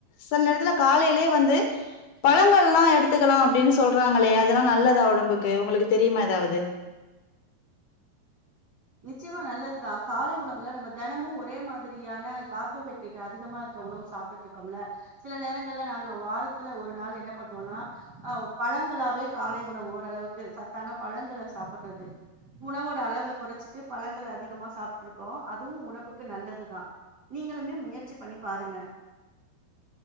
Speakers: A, on the left; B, on the right.
A: சில நேரத்துல காலையிலயே வந்து பழங்கள் எல்லாம் எடுத்துக்கலாம் அப்படின்னு சொல்றாங்களே அதெல்லாம் நல்லதா உடம்புக்கு உங்களுக்கு தெரியுமா ஏதாவது
B: நிச்சயமா நல்லதுதான் காலை உணவுல நம்ம தினமும் ஒரே மாதிரியான கார்போஹைட்ரேட் அதிகமா இருக்க உணவு சாப்பிட்டுட்டு இருக்கோம்ல சில நேரங்கள்ல நாங்க வாரத்துல ஒரு நாள் என்ன பண்ணுவோம்னா ஆஹ் பழங்களாவே காலை உணவு ஓரளவுக்கு சத்தான பழங்கள சாப்பிடுறது உணவோட அளவை குறைச்சு ட்டு பழங்கள் அதிகமா சாப்பட்டு இருக்கோம் அதுவும் உடம்புக்கு நல்லதுதான் நீங்களுமே முயற்சி பண்ணி பாருங்க